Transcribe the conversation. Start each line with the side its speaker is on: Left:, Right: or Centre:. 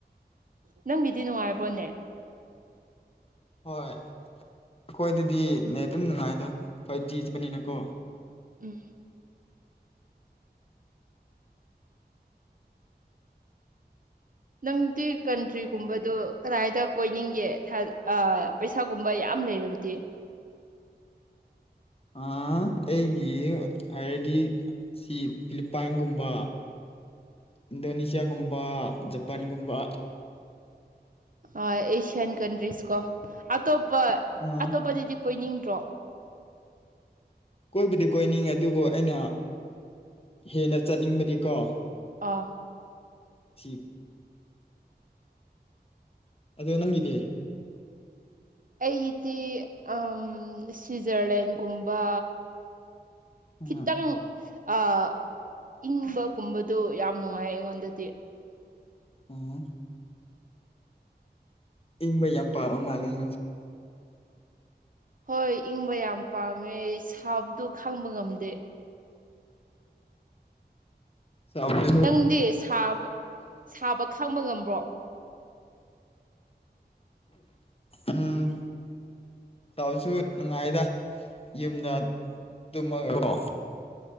Right: ꯅꯪꯒꯤꯗꯤ ꯅꯨꯡꯉꯥꯏꯔꯕ꯭ꯔꯣ ꯅꯦꯠ꯫
Left: ꯍꯣꯏ ꯑꯩꯈꯣꯏꯗꯗꯤ ꯅꯦꯠ ꯑꯗꯨꯝ ꯅꯨꯡꯉꯥꯏꯗ ꯐꯥꯏꯞ ꯖꯤ ꯆꯠꯄꯅꯤꯅꯀꯣ꯫
Right: ꯎꯝ <inaudible> ꯅꯪꯗꯤ ꯀꯟꯇ꯭ꯔꯤꯒꯨꯝꯕꯗꯣ ꯀꯗꯥꯏꯗ ꯀꯣꯏꯅꯤꯡꯒꯦ ꯊ-ꯑ ꯄꯩꯁꯥꯒꯨꯝꯕ ꯌꯥꯝ ꯂꯩꯔꯕꯗꯤ
Left: ꯑ ꯑꯩꯒꯤ ꯍꯥꯏꯔꯗꯤ ꯁꯤ ꯐꯤꯂꯤꯞꯄꯥꯏꯟꯒꯨꯝꯕ꯫ ꯏꯟꯗꯣꯅꯦꯁꯤꯌꯥꯒꯨꯝꯕ ꯖꯄꯥꯟꯒꯨꯝꯕ꯫
Right: ꯑꯣꯏ ꯑꯦꯁꯤꯌꯥꯟ ꯀꯟꯇ꯭ꯔꯤꯁ ꯀꯣ ꯑꯇꯣꯞꯄ
Left: ꯑꯥ
Right: ꯑꯇꯣꯞꯄꯗꯗꯤ ꯀꯣꯏꯅꯤꯡꯗ꯭ꯔꯣ꯫
Left: ꯀꯣꯏꯕꯨꯗꯤ ꯀꯣꯏꯅꯤꯡꯉꯦ ꯑꯗꯨꯕꯨ ꯑꯩꯅ ꯍꯦꯟꯅ ꯆꯠꯅꯤꯡꯕꯗꯤꯀꯣ
Right: ꯑꯥ
Left: <unintelligible> ꯑꯗꯨ ꯅꯪꯒꯤꯗꯤ꯫
Right: ꯑꯩꯒꯤꯗꯤ ꯑꯝ ꯁ꯭ꯋꯤꯖꯔꯂꯦꯟꯒꯨꯝꯕꯥ꯫
Left: ꯎꯝ
Right: ꯈꯤꯇꯪ ꯑ ꯏꯪꯕ ꯀꯨꯝꯕꯗꯨ ꯌꯥꯝ ꯅꯨꯡꯉꯥꯏ ꯑꯩꯉꯣꯟꯗꯗꯤ꯫
Left: ꯎꯝ ꯏꯪꯕ ꯌꯥꯝ ꯄꯥꯕ ꯃꯥꯜꯂꯦ ꯅꯪ-ꯁꯦ?
Right: ꯍꯣꯏ ꯏꯪꯕ ꯌꯥꯝ ꯄꯥꯝꯃꯦ ꯁꯥꯕꯗꯣ ꯈꯥꯡꯕ ꯉꯝꯗꯦ꯫
Left: ꯆꯥꯎꯕꯁꯨ
Right: ꯅꯪꯗꯤ ꯁꯥꯕ-ꯁꯥꯕ ꯈꯥꯡꯕ ꯉꯝꯕ꯭ꯔꯣ?
Left: ꯎꯝ ꯇꯥꯎꯁꯨ ꯅꯨꯡꯉꯥꯏꯗ ꯌꯨꯝꯗ ꯇꯨꯝꯃꯒꯀꯣ꯫